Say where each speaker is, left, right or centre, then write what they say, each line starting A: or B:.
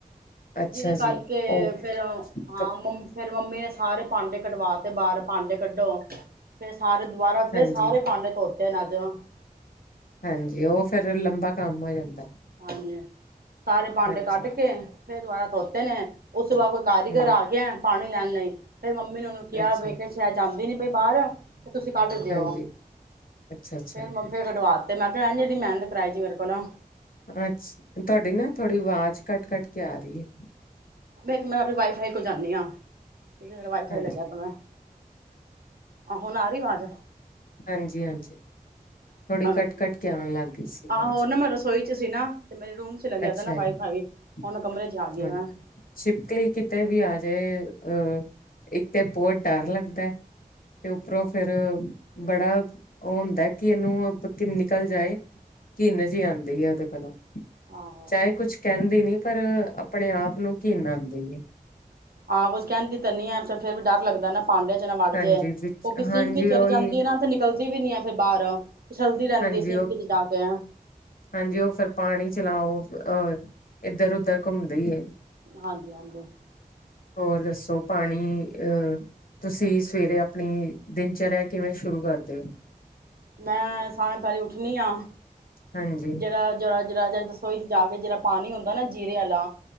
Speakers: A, on the left (about 70°); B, on the right (about 85°).
A: ਅੱਛਾ
B: ਜਿਹਦੇ ਕਰਕੇ
A: ਜੀ, ਉਹ
B: ਫੇਰ ਹਾਂ
A: ਕਪ
B: ਫੇਰ ਮੰਮੀ ਨੇ ਸਾਰੇ ਭਾਂਡੇ ਕਡਵਾ ਤੇ ਬਾਹਰ ਭਾਂਡੇ ਕੱਢੋ ਫੇਰ ਸਾਰੇ ਦੁਬਾਰਾ ਫੇਰ
A: ਹਾਂਜੀ,
B: ਸਾਰੇ ਭਾਂਡੇ ਧੋਤੇ ਨੇ ਜਾ
A: ਹਾਂਜੀ ਉਹ ਫੇਰ ਲੰਬਾ ਕੰਮ ਹੋ ਜਾਂਦਾ।
B: ਹਾਂਜੀ ਸਾਰੇ ਭਾਂਡੇ
A: ਹਾਂਜੀ,
B: ਕੱਢ ਕੇ ਫੇਰ ਦੁਬਾਰਾ ਧੋਤੇ ਨੇ ਉਸ ਤੋਂ ਬਾਅਦ ਕੋਈ ਕਾਰੀਗਰ
A: ਹੂੰ,
B: ਆ ਗਿਆ ਹੈ ਪਾਣੀ ਲੈਣ ਲਈ ਫੇਰ ਮੰਮੀ ਨੇ ਉਹਨੂੰ ਕਿਹਾ
A: ਅੱਛਾ,
B: ਵੇਖ ਸ਼ਾਇਦ ਜਾਂਦੀ ਨੀ। ਬਈ ਬਾਹਰ ਆ ਤੇ ਤੁਸੀਂ ਕੱਢ ਦਿਓ
A: ਹਾਂਜੀ। ਅੱਛਾ-ਅੱਛਾ,
B: ਫੇਰ ਮੰਮੀ ਨੇ ਕਡਵਾਤੇ ਮੈਂ ਕਲ ਐਨੀ ਮਿਹਨਤ ਕਰਾਈ ਜੀ ਮੇਰੇ ਕੋਲੋਂ
A: ਅੱਛ ਤੁਹਾਡੀ ਨਾ ਥੋੜੀ ਆਵਾਜ਼ ਕੱਟ ਕੱਟ ਕੇ ਆਰੀ ਏ।
B: ਮੈਂ ਇੱਕ ਵਾਰੀ ਵਾਈਫਾਈ ਕੋਲ ਜਾਂਦੀ ਹਾਂ। ਠੀਕ ਮੇਰਾ ਵਾਈਫਾਈ
A: ਹਾਂਜੀ,
B: ਲਗਿਆ ਤਾਂ ਮੈਂ ਆ ਹੁਣ ਆ ਰਹੀ ਆਵਾਜ਼
A: ਹਾਂਜੀ ਹਾਂਜੀ ਥੋੜ੍ਹੀ
B: ਆਵਾਜ਼
A: ਕੱਟ ਕੱਟ ਕੇ ਆਣ ਲੱਗ ਗਈ ਸੀ ਆਵਾਜ਼।
B: ਆਹੋ ਨਾ ਮੈਂ ਰਸੋਈ ਚ ਸੀ ਨਾ ਤੇ ਮੇਰੇ ਰੂਮ ਚ ਲੱਗਿਆ
A: ਅੱਛਾ
B: ਤਾ ਨਾ ਵਾਈਫਾਈ
A: ਜੀ
B: ਹੁਣ ਕਮਰੇ ਚ ਆ ਗਈ
A: ਹਾਂਜੀ
B: ਮੈਂ
A: ਛਿਪਕਲੀ ਕਿਤੇ ਵੀ ਆ ਜਾਏ ਅ ਇੱਕ ਤੇ ਬਹੁਤ ਡਰ ਲੱਗਦਾ ਤੇ ਉੱਪਰੋਂ ਫੇਰ ਬੜਾ ਉਹ ਹੁੰਦਾ ਕਿ ਇਹਨੂੰ ਨਿਕਲ ਜਾਏ ਘਿਨ ਜੀ ਆਦੀ ਹੈ ਉਹਦੇ ਕੋਲੋਂ
B: ਆਹੋ
A: ਚਾਹੇ ਕੁਛ ਕਹਿੰਦੀ ਨੀ ਪਰ ਆਪਣੇ ਆਪ ਨੂੰ ਕਿਨ ਆਦੀ ਏ
B: ਹਾਂ ਕੁਝ ਕਹਿੰਦੀ ਤਾਂ ਨੀ ਹੇ ਫ ਫੇਰ ਵੀ ਡਰ ਲੱਗਦਾ ਨਾ ਬਾਡਿਂਆ ਚ ਨਾ ਵੜ
A: ਹਾਂਜੀ
B: ਜੇ
A: ਵਿੱਚ
B: ਉਹ ਕਿਸੇ
A: ਹਾਂਜੀ
B: ਚਲੀ
A: ਉਹੀ
B: ਜਾਂਦੀ ਹੈ ਨਾ ਤੇ ਨਿਕਲਦੀ ਵੀ ਨੀ ਆ ਫਿਰ ਬਾਹਰ ਫਿਸਲਦੀ ਰਹਿੰਦੀ
A: ਹਾਂਜੀ
B: ਸਿੰਕ
A: ਉਹ
B: ਚ ਜਾ ਕੇ
A: ਹਾਂਜੀ ਉਹ ਫਿਰ ਪਾਣੀ ਚਲਾਓ ਅਹ ਇੱਧਰ-ਉਧਰ ਘੁੰਮ ਦੀਏ
B: ਹਾਂਜੀ-ਹਾਂਜੀ
A: ਹੋਰ ਦੱਸੋ ਪਾਣੀ, ਅਹ ਤੁਸੀਂ ਸਵੇਰੇ ਆਪਣੀ ਦਿਨਚਰਿਆ ਕਿਵੇਂ ਸ਼ੁਰੂ ਕਰਦੇਓ।
B: ਮੈਂ ਸਾਹ ਪੈਲੀ ਉੱਠਣੀ ਆ
A: ਹਾਂਜੀ,
B: ਜਿਹੜਾ ਜੋ ਰਾਜ ਰਾਜਾ ਦੱਸ ਰਸੋਈ ਜਾ ਕੇ ਜਿਹੜਾ ਪਾਣੀ ਹੁੰਦਾ ਨਾ ਜੀਰੇ ਵਾਲਾ